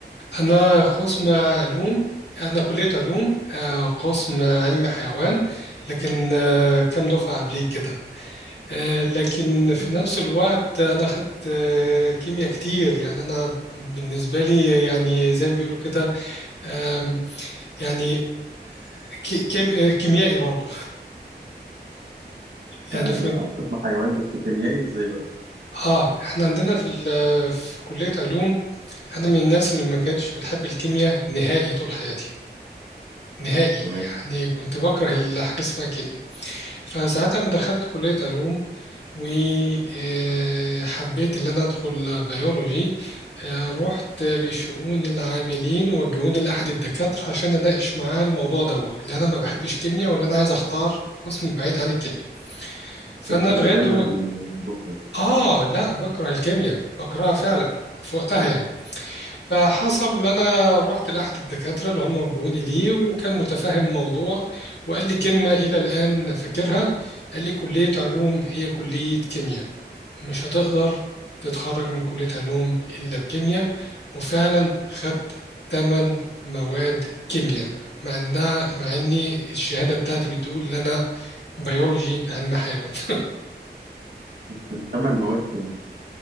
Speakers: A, on the left (about 75°); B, on the right (about 75°).
A: انا قسم علوم انا كلية علوم آه قسم علم حيوان لكن آه كام دفعة قبليك كده آه لكن في
B: مم.
A: نفس الوقت انا خدت آه كيمياء كتير يعني انا بالنسبة لي يعني زي ما بيقولوا كده آم، يعني كي- كيم- آه، كيميائي برضو يعني
B: بقى ليه؟ آه، قسم حيوان بس كيميائي ازاي بقى؟
A: اه احنا عندنا في ال- في كلية علوم انا من الناس اللي ما كانتش بتحب الكيمياء نهائي طول حياتي نهائي
B: تمام
A: يعني كنت بكره الحاجة اسمها كيمياء فساعتها لما دخلت كلية علوم وحبيت ان انا ادخل بيولوجي آه، رحت لشؤون العاملين ووجهوني لأحد الدكاترة عشان اناقش معاه الموضوع دوت اللي انا ما بحبش كيمياء ولا انا عايز اختار قسم بعيد عن الكيمياء فانا
B: عشان تتجنب
A: لغايه دو...
B: الموضوع خالص
A: آه لا بكره الكيمياء بكرهها فعلا في وقتها
B: مم.
A: يعني فحصل إن أنا رحت لأحد الدكاترة اللي هم وجهوني ليه وكان متفاهم الموضوع وقال لي كلمة إلى الآن فاكرها قال لي كلية علوم هي كلية كيمياء مش هتقدر تتخرج من كلية علوم إلا بكيمياء وفعلا خدت تمن مواد كيمياء مع إنها مع إني الشهادة بتاعتي بتقول إن أنا بيولوجي علم حيوان <laughs>
B: كان ثمان مواد كيمياء